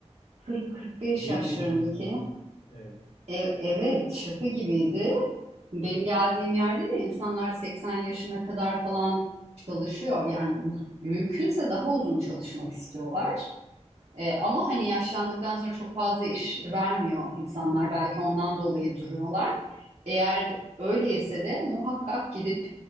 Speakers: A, on the right; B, on the left.
A: 40-45
B: Gencecik
A: yaşlarındaki
B: insanlar. Evet.
A: E- evet, şaka gibiydi. Benim geldiğim yerde de insanlar 80 yaşına kadar falan çalışıyor. Yani mu- mümkünse daha uzun çalışmak istiyorlar. E, ama hani yaşlandıktan sonra çok fazla iş vermiyor insanlar. Belki ondan dolayı duruyorlar. Eğer öyleyse de muhakkak gidip